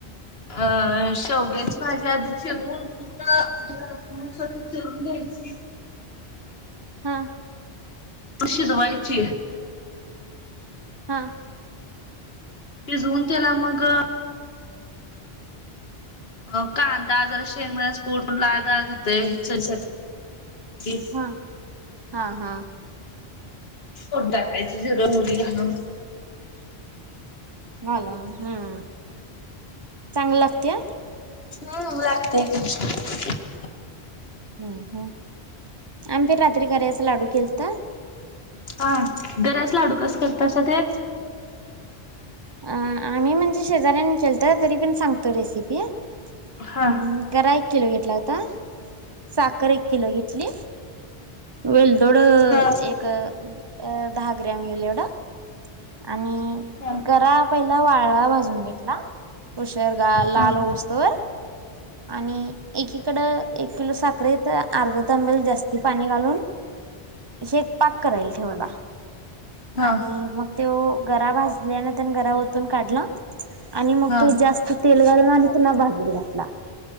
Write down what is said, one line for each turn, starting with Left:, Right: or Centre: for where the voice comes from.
Left: अ शेवग्याची भाजी आधी चिरून पुर्ण स्वच्छ चोरून घ्यायची.
Right: हा.
Left: शीजवायची
Right: हा.
Left: शिजऊन त्याला मग अ कांदा जरा शेंगदाण्याचा कूट लाल डाळ खातोय <unintelligible> ची.
Right: हा हा हा
Left: फोडणी टाकायची जिरं, मोहरी घालून.
Right: घालून हम्म, चांगल लागत्या?
Left: हम्म लागत्या की.
Right: हम् हम, आम्ही बी रात्री गऱ्याचं लाडू केलत.
Left: हा गऱ्याचं लाडू कस करतासा ते?
Right: अ आम्ही म्हणजे शेजऱ्यांनी केलत तरी पण सांगतो रेसिपी,
Left: हा
Right: अम गरा एक किलो घेतला होता, साखर एक किलो घेतली. वेलदोड
Left: हा
Right: एक, दहा ग्रॅम हुइल एवढ. आणि,
Left: हा
Right: गरा पहिला वाळा भाजून घेतला. ऊशर गा लाल
Left: हा
Right: होऊस तोवर. आणि एकीकड एक किलो साखरेत त अर्धा तांब्याला जास्ती पाणी घालून, हे पाक करायला ठेवला.
Left: हा
Right: आणि मग त्यो गरा भाजल्यान तेन गरा ओतून काढला. आणि मग
Left: हा
Right: तो जास्त तेल घालून आणि पुन्हा भाजत घातला.